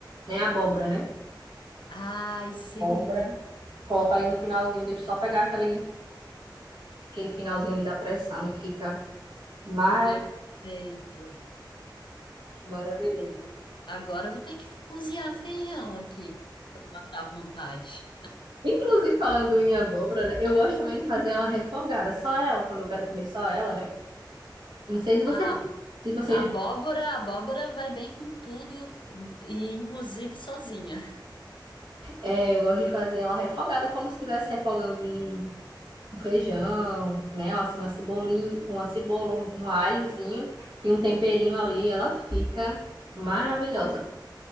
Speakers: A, on the right; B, on the left.
A: né? Abóbora, né?
B: Ai, sim.
A: Abóbora. Coloca ali no finalzinho, deixa só pegar aquele, aquele finalzinho ali da pressão e fica maravilhoso,
B: Perfeito.
A: maravilhoso.
B: Eu- Agora eu vou ter que cozinhar feijão aqui, matar à vontade.
A: Inclusive, falando em abóbora, né? Eu gosto também de fazer ela refogada, só ela, quando eu quero comer só ela, né? Não sei se você,
B: A
A: se você
B: abóbora,
A: já...
B: a abóbora vai bem com tudo, e inclusive sozinha.
A: É, eu gosto de fazer ela refogada, como se estivesse refogando um um feijão, né? Ou assim, uma cebolinha, com uma cebola, um um alhozinho e um temperinho ali, ela fica maravilhosa.